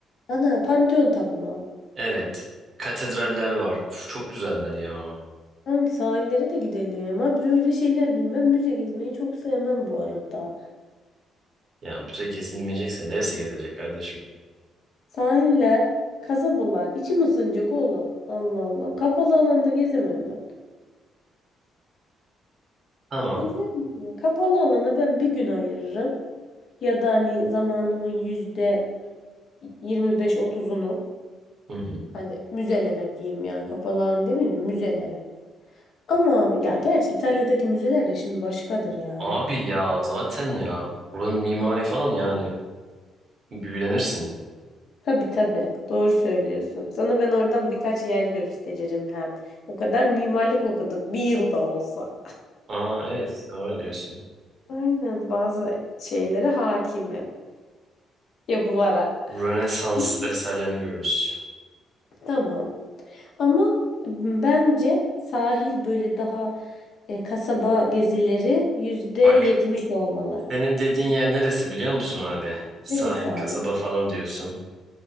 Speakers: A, on the left; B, on the right.
A: Ana Pantheon Tapınağı.
B: Evet. Katedraller var. Uf çok güzeller ya.
A: Hangi sahillere de gidelim. Abi öyle şeyler diyorum. Ben müze gezmeyi çok sevmem bu arada.
B: Ya bize gezinmeyecekse neresi gezecek kardeşim?
A: Sahiller, kasabalar. İçim ısınacak oğlum. Allah Allah. Kapalı alanda gezemem ben.
B: Tamam.
A: Gezerim ya. Kapalı alana ben bir gün ayırırım. Ya da hani zamanımın yüzde yirmi beş otuzunu.
B: Hı hı.
A: Hani müzelere diyeyim yani kapalı alan demeyelim müzelere. Ama abi ya gerçi İtalya'daki müzeler de şimdi başkadır yani.
B: Abi ya zaten ya. Buranın mimari falan yani. Büyülenirsin.
A: Tabii tabii doğru söylüyorsun. Sana ben oradan birkaç yer gösteririm hem. O kadar mimarlık okuduk bir yılda olsa.
B: Aa evet doğru diyorsun.
A: Aynen bazı şeylere hakimim yapılara.
B: Rönesans
A: <laughs>
B: eserlerini görürüz.
A: Tamam ama bence sahil böyle daha e, kasaba gezileri yüzde yetmiş
B: Bak
A: olmalı.
B: senin dediğin yer neresi biliyor musun abi? Sahil
A: Neresi abi?
B: kasaba falan diyorsun.